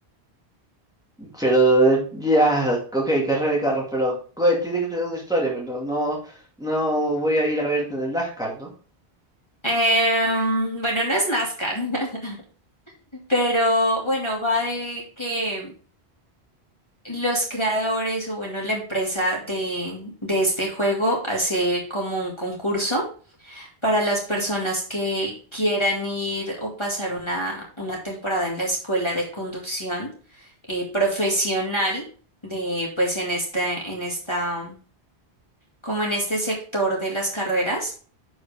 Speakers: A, in the centre; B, on the left.
A: pero eh, ya, ok, carrera de carros, pero cue- tiene que tener una historia, pero no, no voy a ir a ver en el NASCAR, ¿no?
B: Em, bueno, no es NASCAR, <laughs> pero bueno, va de que Los creadores o bueno, la empresa de, de este juego hace como un concurso para las personas que quieran ir o pasar una, una temporada en la escuela de conducción eh, profesional de pues en este, en esta, como en este sector de las carreras.